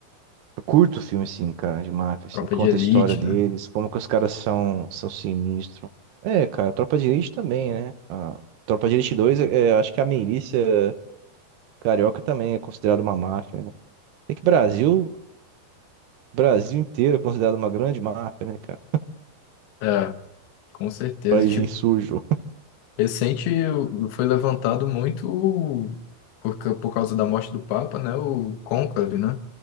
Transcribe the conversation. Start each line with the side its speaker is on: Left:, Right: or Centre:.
Right: Eu curto filme, assim, cara, de máfia, assim,
Left: Tropa
Right: conta
Left: de Elite,
Right: a história deles,
Left: né?
Right: como que os caras são, são sinistros. É, cara, Tropa de Elite também, né? A Tropa de Elite 2, é, acho que a milícia carioca também é considerada uma máfia, né? É que Brasil, Brasil inteiro é considerado uma grande máfia, né, cara?
Left: É, com certeza.
Right: Paísinho
Left: Tipo,
Right: sujo.
Left: Recente foi levantado muito por, ca- por causa da morte do Papa, né? O Conclave, né?